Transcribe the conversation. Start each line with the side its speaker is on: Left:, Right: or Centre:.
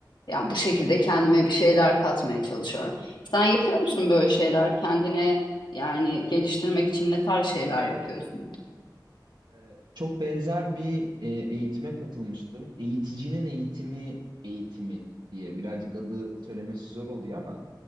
Left: Yani bu şekilde kendime bir şeyler katmaya çalışıyorum. Sen yapıyor musun böyle şeyler? Kendine yani geliştirmek için ne tarz şeyler yapıyorsun?
Right: Ee, Çok benzer bir e, eğitime katılmıştım. Eğiticinin eğitimi eğitimi diye birazcık adı söylemesi zor oluyor ama